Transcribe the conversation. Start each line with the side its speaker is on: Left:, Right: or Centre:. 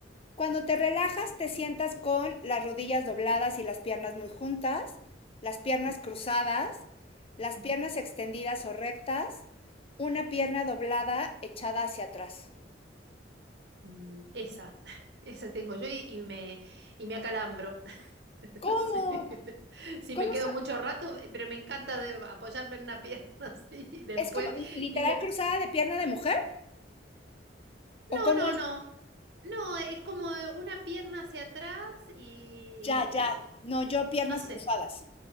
Left: Cuando te relajas, te sientas con las rodillas dobladas y las piernas muy juntas, las piernas cruzadas, las
Right: Ujú.
Left: piernas extendidas o rectas, una pierna doblada echada hacia atrás.
Right: Mm, esa, <laughs> esa tengo yo y, y me, y me acalambro. <laughs>
Left: ¿Cómo?
Right: Sí. Sí,
Left: ¿Cómo
Right: me quedo
Left: se-
Right: mucho rato, pero me encanta de- apoyarme en una pierna <laughs> así. Y después
Left: es como literal
Right: digo,
Left: cruzada de pierna de mujer? ¿O
Right: no,
Left: cómo
Right: no,
Left: es?
Right: no. No, es como una pierna hacia atrás y...
Left: Ya, ya. No, yo piernas
Right: No sé,
Left: cruzadas.